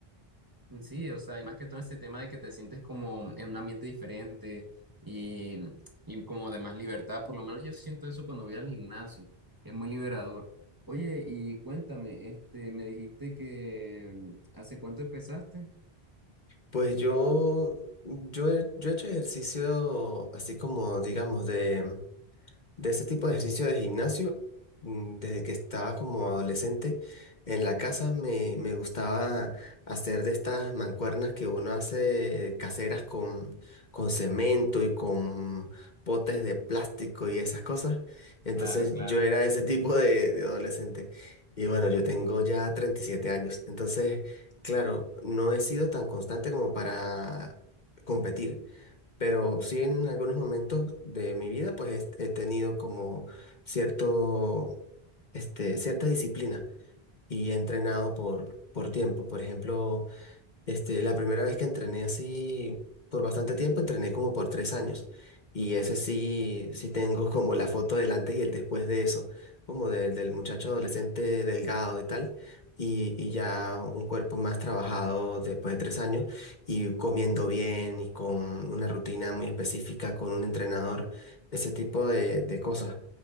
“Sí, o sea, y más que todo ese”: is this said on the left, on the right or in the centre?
Right